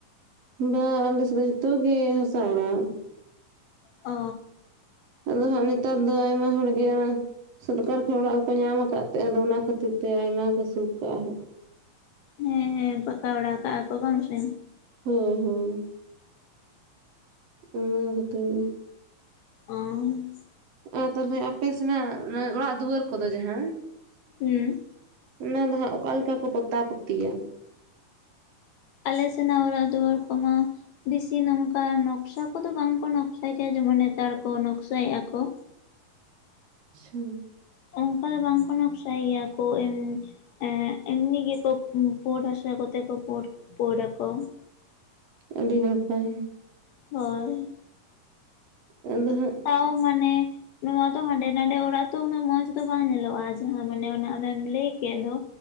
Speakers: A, on the right; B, on the left.
A: ᱵᱟᱝ ᱟᱞᱮᱥᱮᱫ ᱫᱚ ᱡᱷᱚᱛᱚ ᱜᱮ ᱦᱟᱥᱟ ᱚᱲᱟᱜ
B: ᱚᱻ
A: ᱟᱫᱚ ᱦᱟᱸᱜ ᱱᱮᱛᱟᱨ ᱫᱚ ᱟᱭᱢᱟ ᱦᱚᱲᱜᱮ ᱥᱚᱨᱠᱟᱨ ᱠᱷᱚᱡ ᱚᱲᱟᱜ ᱠᱚᱠᱚ ᱧᱟᱢ ᱟᱠᱟᱫ ᱛᱮ ᱟᱫᱚ ᱚᱱᱟ ᱠᱷᱟᱹᱛᱤᱨ ᱛᱮ ᱟᱭᱢᱟ ᱠᱚ ᱥᱩᱠ ᱟᱠᱟᱜᱼᱟ ᱦᱟᱸᱜ᱾
B: ᱦᱮᱸ ᱦᱮᱸ ᱯᱟᱠᱟ ᱚᱲᱟᱜ ᱟᱠᱟᱫ ᱟᱠᱚ ᱵᱟᱝ ᱥᱮ
A: ᱦᱚᱭ ᱦᱩᱸ ᱚᱱᱟ ᱦᱟᱹᱛᱤᱧ ᱢᱮ
B: ᱟᱸᱩᱹᱥ
A: ᱟᱨ ᱛᱟᱦᱞᱮ ᱟᱯᱮ ᱥᱮᱱᱟᱜ ᱚᱲᱟᱜ ᱫᱩᱣᱟᱹᱨ ᱠᱚᱫᱚ ᱡᱟᱦᱟᱸ
B: ᱦᱩᱸ
A: ᱚᱱᱟ ᱫᱚ ᱦᱟᱸᱜ ᱚᱠᱟ ᱞᱮᱠᱟ ᱠᱚ ᱯᱚᱛᱟ ᱯᱚᱛᱤᱭᱟ
B: ᱟᱞᱮ ᱥᱮᱱᱟᱜ ᱚᱲᱟᱜ ᱫᱩᱣᱟᱹᱨ ᱠᱚᱢᱟ ᱵᱮᱥᱤ ᱱᱚᱝᱠᱟ ᱱᱚᱠᱥᱟ ᱠᱚᱫᱚ ᱵᱟᱝᱠᱚ ᱱᱚᱠᱥᱟᱭ ᱜᱮᱭᱟ ᱡᱮᱢᱚᱱ ᱱᱮᱛᱟᱨ ᱠᱚ ᱱᱚᱠᱥᱟᱭᱮᱫᱼᱟ ᱠᱚ
A: ᱟᱪᱪᱷᱟ
B: ᱚᱱᱠᱟ ᱫᱚ ᱵᱟᱝᱠᱚ ᱱᱚᱠᱥᱟᱭ ᱜᱮᱭᱟ ᱠᱚ ᱮᱢ- <inaudible> ᱮᱸᱻ ᱮᱢᱱᱤ ᱜᱮᱠᱚ ᱯᱩᱸᱰ ᱦᱟᱥᱟ ᱠᱚᱛᱮ ᱠᱚ ᱯᱳᱸᱰ ᱯᱳᱰ ᱟᱠᱚ᱾
A: ᱟᱹᱰᱤ ᱱᱟᱯᱟᱭ
B: ᱦᱳᱭ
A: ᱟᱫᱚ ᱦᱟᱸᱜ
B: ᱛᱟᱣ ᱢᱟᱱᱮ ᱱᱚᱣᱟ ᱫᱚ ᱦᱟᱸᱰᱮ ᱱᱟᱰᱮ ᱚᱲᱟᱜ ᱛᱚ ᱩᱱᱟᱹᱜ ᱢᱚᱸᱡᱽ ᱫᱚ ᱵᱟᱝ ᱧᱮᱞᱚᱜᱼᱟ ᱡᱟᱦᱟᱸ ᱢᱟᱱᱮ ᱚᱱᱮ ᱟᱢᱮᱢ ᱞᱟᱹᱭ ᱠᱮᱫ ᱫᱚ